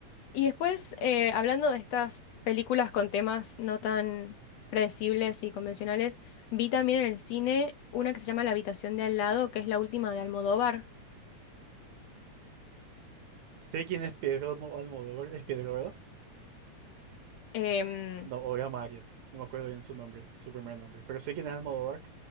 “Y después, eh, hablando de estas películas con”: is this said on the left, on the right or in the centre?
Left